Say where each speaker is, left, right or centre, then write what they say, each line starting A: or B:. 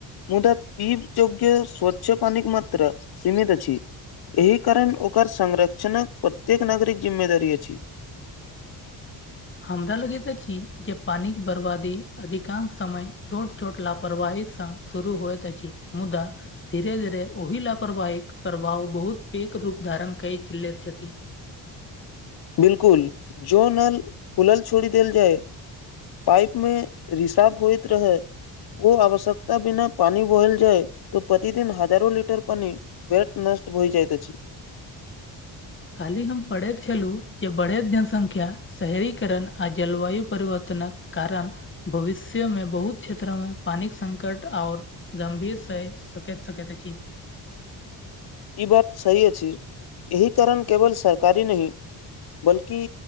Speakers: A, on the left; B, on the left.
A: मुदा पिब जोग्य स्वच्छ पानिक मात्रा सीमित अछि एहि कारण ओकर संरक्षणक प्रत्येक नागरिक जिम्मेदारी अछि
B: हमरा लगैत अछि जे पानिक बर्बादी अधिकांश समय छोट छोट लापरवाही सँ सुरू होएत अछि मुदा धीरे धीर ओहि लापरवाहीक प्रभाव बहुत पैघ रूप धारण कैक लैत छथि
A: बिलकुल जो नल खुलल छोड़ी देल जाय पाइप मे रिसाब होइत रहै ओ आवश्यकता बिना पानि बहल जाय तऽ प्रतिदिन हजारो लीटर पानि बेट नष्ट होइ जाइत अछि
B: काल्हि हम पढ़ैत छलहुँ जे बढ़ैत जनसंख्या शहरीकरण आ जलवायु परिवर्तनक कारण भविष्य मे बहुत क्षेत्र मे पानी के संकट आओर गंभीर से सकैत सकैत अछि
A: ई बात सही अछि एहि कारण केवल सरकारी नहि बल्कि